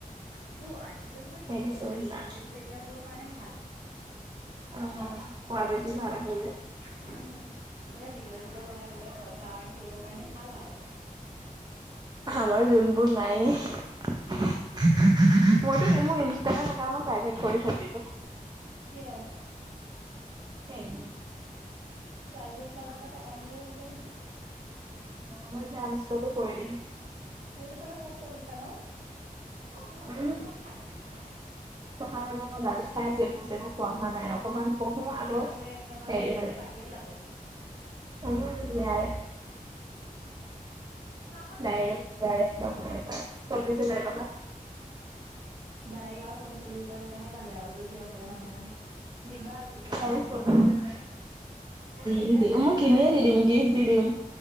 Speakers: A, on the right; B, on the right.
A: সেটো আইফনটো এটা
B: সেইটো চেমচাং
A: ক্ৰিয়ে কন্টেন্ট ক্ৰিয়ে টাৰবোৰৰ কাৰণে ভাল
B: অ কোৱালেটি
A: উম
B: ভাল আছে যে
A: উম এনে ভিডিঅ' চিডিঅ বনাই কিনে পইচা আৰ্ণ কৰিব কাৰণে ভাল আৰু
B: আমাৰ যোনবোৰ নাইয়ে মইতো নি মোৰ ইনষ্টাগ্ৰাম একাউণ্টো প্ৰাইভেট কৰি থৈ দিলো
A: কিয়
B: <unintelligible>
A: প্ৰাইভেট লাইফ এটা কটাম বুলি ভাবিছ নেকি
B: মই এতিয়া আনইনষ্টলো কৰি দিম।
A: তুমিতো চাগে খুব পঢ়িছা ন অ ঘৰ
B: উম
A: এৰি
B: পঢ়া নামত মই গালি খাই আছো একো চেহো পঢ়া নাই অকমান পঢ়ো আকৌ
A: এইবাৰ চাগে একদম আৰু
B: হেৰি
A: জে
B: হয়
A: আৰ এফ আহিয়ে যাব
B: উম যাই
A: <unintelligible>
B: ডাইৰেক্ট <unintelligible> চল্লিশ হাজাৰ টকা
A: ডাইৰেক্ট আৰু পঞ্চল্লিশ হাজাৰ টকাহে পালে আৰু বোলে প্ৰিয়ংকাই মাহে মাহে দিবা আৰু তেতিয়া আই
B: এই
A: ফোন
B: চল্লিশ
A: এটা ল'বলৈ
B: হাজাৰ।
A: তেতিয়া
B: উম দি
A: ডাইৰেক্ট
B: মই
A: বোলে
B: কিনিয়ে
A: আইফোন
B: দি দিম গিফ্ট দি দিম